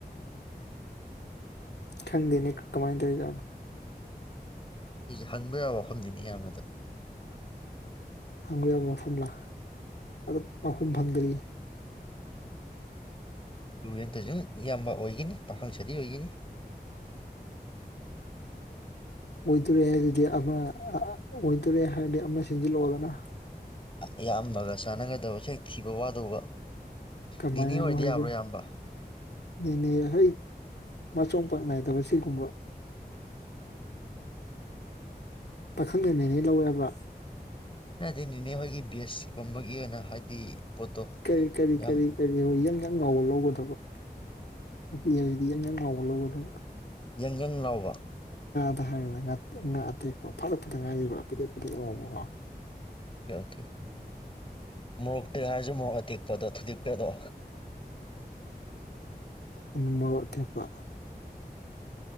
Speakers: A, on the left; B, on the left.
A: ꯊꯪꯗꯅꯤ ꯀꯃꯥꯏꯗꯔꯤ ꯌꯥꯒ
B: ꯑꯩꯁꯨꯦ ꯍꯪꯕ ꯌꯥꯕ ꯋꯥꯐꯝꯅꯤꯅꯦ ꯏꯌꯥꯝꯕꯗ
A: ꯍꯪꯕ ꯌꯥꯕ ꯃꯐꯝ ꯂꯥ ꯑꯗ ꯄꯥꯎꯈꯨꯝ ꯐꯪꯗ꯭ꯔꯤ
B: ꯇꯨꯔꯦꯟꯇꯁꯨꯨꯝ ꯏꯌꯥꯝꯕ ꯑꯣꯏꯒꯅꯤ ꯄꯥꯈꯪꯁꯤꯗꯤ ꯑꯣꯏꯒꯅꯤ
A: ꯑꯣꯏꯗꯣꯔꯦ ꯍꯥꯏꯔꯗꯤ ꯑꯃ ꯑꯣꯏꯗꯣꯔꯦ ꯍꯥꯏꯔꯗꯤ ꯑꯃ ꯁꯦꯝꯖꯤꯜꯂꯛꯑꯣꯒꯅ
B: ꯏꯌꯥꯝꯕꯒ ꯆꯥꯟꯅꯒꯗꯕ ꯁꯦꯛ ꯊꯤꯕ ꯋꯥꯗꯧꯕ
A: ꯀꯃꯥꯏꯅꯅꯣ
B: ꯅꯤꯅꯦ ꯑꯣꯏꯔꯗꯤ
A: ꯍꯥꯏꯖꯦꯅꯦ
B: ꯌꯥꯕ꯭ꯔꯣ ꯏꯌꯥꯝꯕ
A: ꯍ ꯃꯆꯣꯡꯄꯥꯛ ꯅꯥꯏꯗꯕ ꯁꯤꯒꯨꯝꯕ ꯄꯥꯈꯪꯗ ꯅꯩꯅꯉꯩ ꯂꯧꯋꯦꯕ꯭ꯔꯥ
B: ꯗꯤ ꯅꯅꯤꯅꯦ ꯍꯣꯏꯒꯤ ꯕꯦꯁꯀꯨꯝꯕꯒꯤ ꯑꯣꯏꯅ ꯍꯥꯏꯗꯤ ꯄꯣꯠꯇꯣ
A: ꯀꯔꯤ ꯀꯔꯤ
B: ꯌꯥꯝ
A: ꯀꯔꯤ ꯀꯔꯤ ꯑꯣꯏ ꯌꯥꯒꯥ ꯑꯪ ꯉꯥꯎꯕ ꯂꯧꯒꯗꯕ ꯅꯨꯄꯤ ꯍꯥꯏꯖꯤꯗꯤ ꯑꯉꯥꯡ ꯉꯥꯎꯕ ꯂꯧꯒꯗꯕ
B: ꯌꯪ ꯌꯪ ꯂꯥꯎꯕ
A: ꯇꯀꯣ ꯍꯥꯏꯔꯒ ꯉ ꯑꯇꯦꯛꯄ ꯐꯥꯠꯂꯛꯄꯗ ꯉꯥꯏꯔꯤꯕ ꯑꯗꯦꯛꯄꯗꯦꯛ ꯂꯥꯎꯕꯀꯣ
B: ꯑꯣ ꯑꯣꯀꯦ ꯃ ꯇꯍꯔꯁꯨ ꯃꯣꯔ ꯑꯇꯤꯛ ꯄꯗꯣ ꯊꯨꯗꯤꯄꯦꯗꯣ
A: ꯎ ꯃꯣꯔꯣꯛ ꯑꯇꯦꯛꯄ